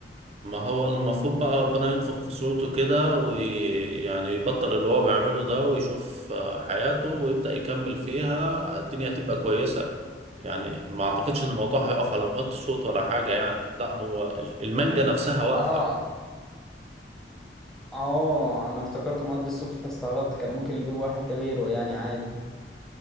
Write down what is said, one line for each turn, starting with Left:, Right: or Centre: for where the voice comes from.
Right: ما هو المفروض بقى ربنا ينفخ في صورته كده ويعني يبطل اللي هو بيعمله ده ويشوف آه، حياته ويبدأ يكمل فيها الدنيا هتبقى كويسة يعني ما أعتقدش إن الموضوع هيقف على مغطي الصوت ولا حاجة يعني لا هو ال- المانجا نفسها واقفة
Centre: اه اه انا افتكرت مؤدي الصوت فاستغربت كان ممكن يجيبوا واحد غيره يعني عادي